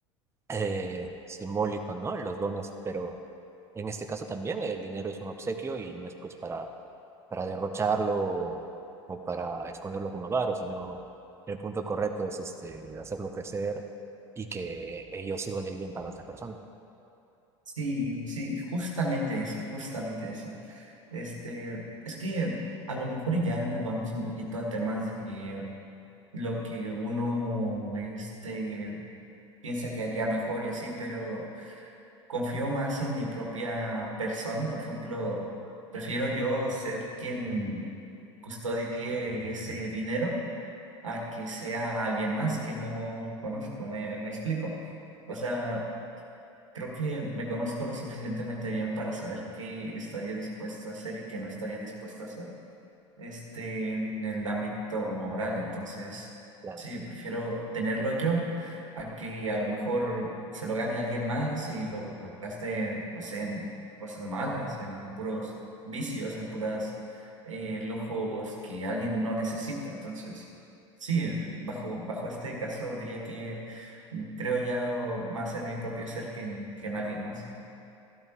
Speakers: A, on the right; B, on the right.
A: eh, simbólico, ¿no? Los dones, pero en este caso también el dinero es un obsequio y no es pues para, para derrocharlo o, o para esconderlo como avaro, sino el punto correcto es este, hacerlo crecer y que ellos sirvan de bien para otras personas.
B: Sí, sí, justamente eso, justamente eso. Este, es que a lo mejor ya nos vamos un poquito a temas de lo que uno, este, piensa que haría mejor y así, pero confío más en mi propia persona. Por ejemplo, prefiero yo ser quien custodie ese dinero a que sea alguien más que no conozco. Me, me explico. O
A: Sí,
B: sea, Creo que me conozco lo suficientemente bien para saber qué estaría dispuesto a hacer y qué no estaría dispuesto a hacer este, en el ámbito moral. Entonces,
A: Claro.
B: sí, prefiero tenerlo yo a que a lo mejor se lo gane alguien más y lo gaste, no sé, en cosas malas, en puros vicios, en puras eh, lujos que alguien no necesita. Entonces, sí, bajo, bajo este caso diría que mm, creo ya más en mi propio ser que en, que en alguien más.